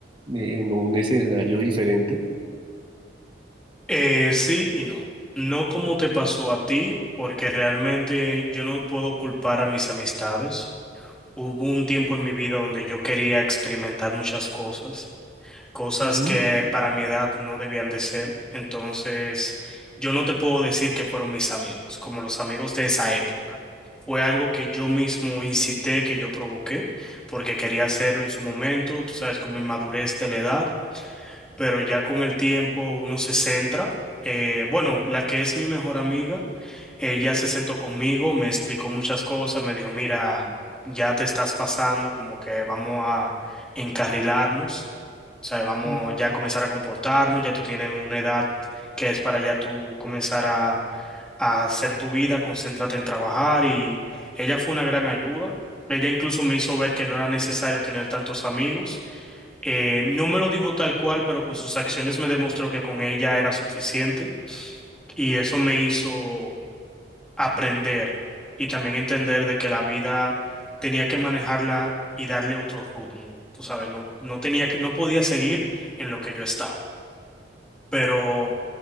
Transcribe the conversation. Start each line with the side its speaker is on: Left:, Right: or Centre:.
Right: eh, en un escenario diferente.
Centre: Eh, sí y no. No como te pasó a ti, porque realmente yo no puedo culpar a mis amistades. Hubo un tiempo en mi vida donde yo quería experimentar muchas cosas, cosas
Right: Ujú,
Centre: que para mi edad no debían de ser. Entonces, yo no te puedo decir que fueron mis amigos, como los amigos de esa época. Fue algo que yo mismo incité, que yo provoqué, porque quería hacerlo en su momento, tú sabes, como inmadurez de la edad pero ya con el tiempo uno se centra. Eh, bueno, la que es mi mejor amiga, ella se sentó conmigo, me explicó muchas cosas, me dijo, mira, ya te estás pasando, como que vamos a encarrilarnos, o sea, vamos
Right: ujú.
Centre: ya a comenzar a comportarnos, ya tú tienes una edad que es para ya tú comenzar a, a hacer tu vida, concéntrate en trabajar y ella fue una gran ayuda. Ella incluso me hizo ver que no era necesario tener tantos amigos eh, no me lo dijo tal cual, pero con sus acciones me demostró que con ella era suficiente y eso me hizo aprender y también entender de que la vida tenía que manejarla y darle otro ritmo. Tú sabes, no, no tenía que, no podía seguir en lo que yo estaba. Pero